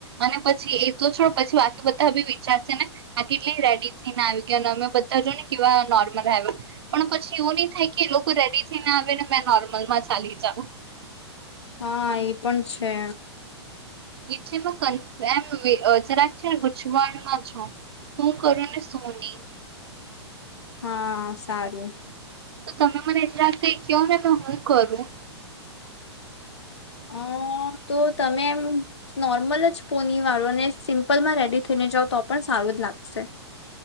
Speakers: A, on the right; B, on the left.
A: અને પછી એ તો છોડ પછી બાકી બધા બી વિચારશે ને આ કેટલી રેડી થઈને આવી કે અને અમે બધા જો ને કેવા નોર્મલ આવ પણ પછી એવું નહી થાય કે લો રેડી થઈને આવે ને મેં નોર્મલમાં ચાલી જા ઓ
B: હા એ પણ છે.
A: <unintelligible> એમ અ જરાક છે ને ગૂચવાડમાં છુ શું કરું ને શું ની
B: હા સારું
A: તો તમે મને જરાદ કઈ કો ને હું કરું
B: અ તો તમે એમ નોર્મલ જ પોની વાળો ને સિમ્પલમાં રેડી થઈને જાઓ તો પણ સારું જ લાગશે